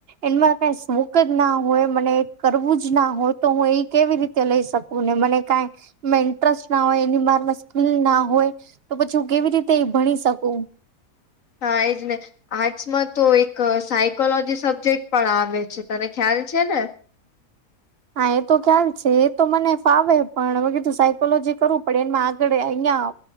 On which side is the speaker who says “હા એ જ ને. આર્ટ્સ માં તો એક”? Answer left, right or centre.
Left